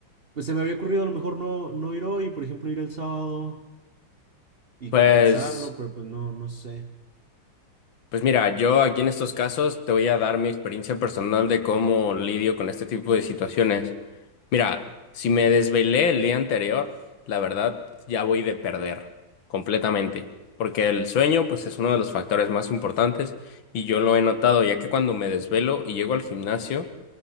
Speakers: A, on the right; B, on the left.
A: Pues se me había ocurrido a lo mejor no, no ir hoy, por ejemplo, ir el sábado y
B: Pues,
A: compensarlo, pero pues no, no sé.
B: pues mira, yo aquí en estos casos te voy a dar mi experiencia personal de cómo lidio con este tipo de situaciones. Mira, si me desvelé el día anterior, la verdad ya voy de perder completamente, porque el sueño pues es uno de los factores más importantes y yo lo he notado, ya que cuando me desvelo y llego al gimnasio